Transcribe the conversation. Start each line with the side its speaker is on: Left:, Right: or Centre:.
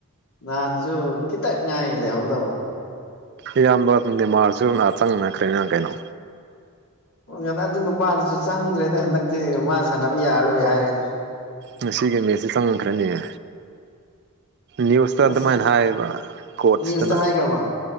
Left: ꯅꯥꯍꯟꯁꯨ ꯈꯤꯇ ꯉꯥꯏ ꯂꯩꯍꯧꯗꯧꯕ
Right: ꯏꯌꯥꯝꯕ ꯅꯦꯃꯥꯔꯁꯨ ꯉ ꯆꯪꯅꯈ꯭ꯔꯦꯅ ꯀꯩꯅꯣ
Left: ꯑꯝ ꯑꯗꯨ ꯅꯨꯄꯥꯗꯨꯁꯨ ꯆꯪꯗ꯭ꯔꯦꯗ ꯍꯟꯗꯛꯇꯤ ꯃꯥ ꯁꯥꯟꯅꯕ ꯌꯥꯔꯔꯣꯏ ꯍꯥꯏꯔꯦꯗ
Right: ꯉꯁꯤꯒꯤ ꯃꯦꯠꯁꯦ ꯆꯪꯗꯔꯅ‌ꯦ ꯅ꯭ꯌꯨꯁꯇ ꯑꯗꯨꯃꯥꯏꯅ
Left: ꯑꯁ
Right: ꯍꯥꯏꯌꯦꯕ ꯀꯣꯆꯇꯅ
Left: ꯅ꯭ꯌꯨꯁꯇ ꯍꯥꯏꯈ꯭ꯔꯕ